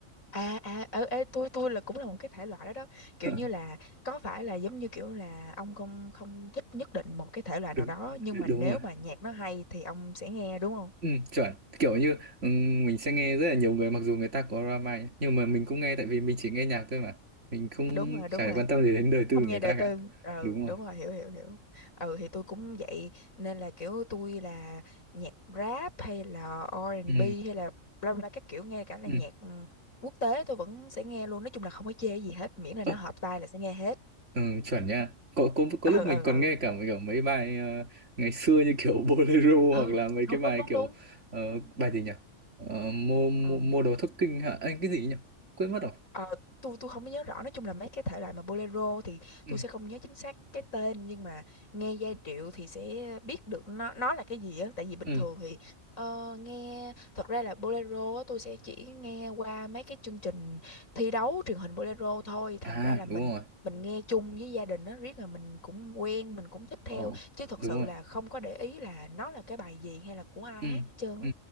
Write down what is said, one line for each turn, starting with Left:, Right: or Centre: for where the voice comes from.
Left: À à ở ê, tôi tôi là cũng là một cái thể loại đó đó. Kiểu
Right: <laughs>
Left: như là có phải là giống như kiểu là ông không không thích nhất định một cái thể loại
Right: đúng
Left: nào đó nhưng mà
Right: đúng
Left: nếu
Right: rồi
Left: mà nhạc nó hay thì ông sẽ nghe đúng không?
Right: ừ, chuẩn kiểu như ừ, mình sẽ nghe rất là nhiều người mặc dù người ta có drama ấy, nhưng mà mình cũng nghe tại vì mình chỉ nghe nhạc thôi mà mình không
Left: Đúng rồi, đúng
Right: chả
Left: rồi.
Right: quan tâm gì đến đời tư
Left: Không
Right: của
Left: nghe
Right: người
Left: đời
Right: ta
Left: tư.
Right: cả
Left: Ừ,
Right: đúng rồi
Left: đúng rồi, hiểu hiểu hiểu. Ừ thì tôi cũng vậy nên là kiểu tôi là nhạc rap hay là R&B
Right: ừ.
Left: hay là bla bla các kiểu nghe cả là
Right: Ừ.
Left: nhạc ừ, quốc tế tôi vẫn sẽ nghe luôn. Nói chung là không có chê gì hết, miễn là nó
Right: Ơ,
Left: hợp tai là sẽ nghe hết.
Right: Ừ, chuẩn nha. Có, có có
Left: Ừ
Right: lúc
Left: ừ
Right: mình còn
Left: ừ.
Right: nghe cả mấy- kiểu mấy bài ờ, ngày xưa như kiểu <laughs> Bolero
Left: Ừ,
Right: hoặc là mấy
Left: đúng
Right: cái bài
Left: đúng
Right: kiểu
Left: đúng
Right: ờ, bài gì nhỉ? Ờ, mua, mua
Left: đúng.
Right: mua đồ thất kinh hả? Anh cái gì nhỉ? Quên mất rồi.
Left: Ờ, tôi tôi không có nhớ rõ nói chung là mấy cái thể loại mà bolero thì
Right: Ừ.
Left: tôi sẽ không nhớ chính xác cái tên nhưng mà nghe giai điệu thì sẽ biết được nó nó là cái gì á tại vì bình
Right: Ừ.
Left: thường thì ờ, nghe thật ra là bolero á, tôi sẽ chỉ nghe qua mấy cái chương trình thi đấu truyền hình bolero thôi thành
Right: À
Left: ra là mình
Right: đúng rồi.
Left: mình nghe chung với gia đình á riết là mình cũng quen mình cũng thích theo
Right: Ờ
Left: chứ thật
Right: đúng
Left: sự
Right: rồi.
Left: là không có để ý là nó là cái bài gì hay là của ai
Right: Ừ.
Left: hát hết trơn
Right: Ừ.
Left: á